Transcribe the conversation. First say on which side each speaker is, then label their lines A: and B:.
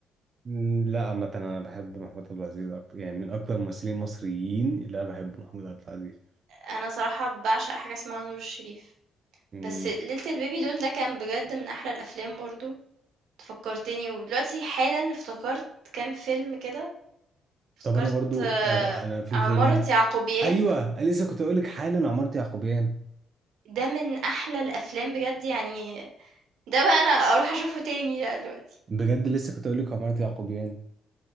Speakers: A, on the right (about 45°); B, on the right (about 80°).
A: مم، لا عامة أنا بحب محمود عبد العزيز أكتر يعني من أكتر الممثلين المصريين اللي أنا بحبه محمود عبد العزيز
B: أنا صراحة باعشق حاجة اسمها نور الشريف،
A: مم.
B: بس ليلة البيبي دول ده كان بجد من أحلى الأفلام برضه، أنت فكّرتني ودلوقتي حالًا افتكرت كام فيلم كده افتكرت
A: طب انا برضو
B: آآ،
A: أف- انا في
B: عمارة
A: فيلم
B: يعقوبيان،
A: ايوه أنا لسه كنت اقول لك حالا عمارة يعقوبيان
B: ده من أحلى الأفلام بجد يعني ده بقى أنا أروح أشوفه تاني ده دلوقتي،
A: بجد لسه كنت اقول لك عمارة يعقوبيان